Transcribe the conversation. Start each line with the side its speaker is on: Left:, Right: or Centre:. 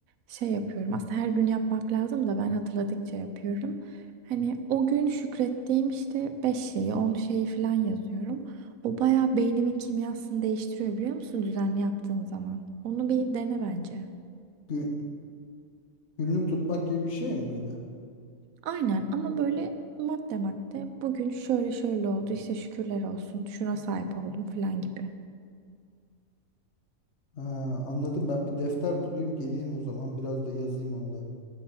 Right: şey yapıyorum. Aslında her gün yapmak lazım da ben hatırladıkça yapıyorum. Hani o gün şükrettiğim işte 5 şeyi, 10 şeyi falan yazıyorum. O bayağı beynimin kimyasını değiştiriyor biliyor musun düzenli yaptığın zaman? Onu bir dene bence.
Left: Gün- günlük tutmak gibi bir şey mi böyle?
Right: Aynen ama böyle madde madde bugün şöyle şöyle oldu işte şükürler olsun şuna sahip oldum falan gibi.
Left: Ha, anladım ben bir defter bulayım geleyim o zaman biraz da yazayım onda.